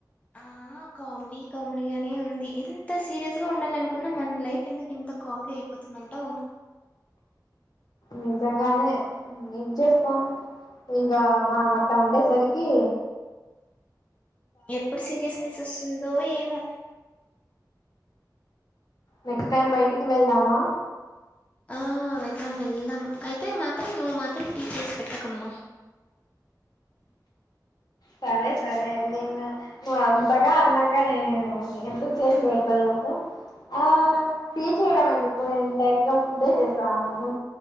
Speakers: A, on the left; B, on the left.
A: ఆ కామిడి కామెడీ గానే ఉంది ఎంత సీరియస్ గా ఉండాలనుకున్న మన లైఫ్ ఎందుకు ఇంత కామెడీ అయిపోతుంది అంటావ్
B: నిజంగానే ఏం చేస్తాం ఇంకా మనం అట్లా ఉండేసరికి కీ
A: ఎప్పుడు సీరియస్నెస్ వస్తుందో ఏమో
B: నెక్స్ట్ టైం బయటికి వెళ్దామా
A: ఆ వెళ్దాం వెళ్దాం అయితే మాత్రం నువ్వు మాత్రం టీ చేస్ పెట్టకమ్మా
B: సరే సరే నేను నువ్వు అంతగా అన్నాక నేను ఎందుకు చేసి పెడత చెప్పు ఆ టి చేయడం ఎందుకు నేను డైరెక్ట్గా ఫుడ్డే చేస్తా ను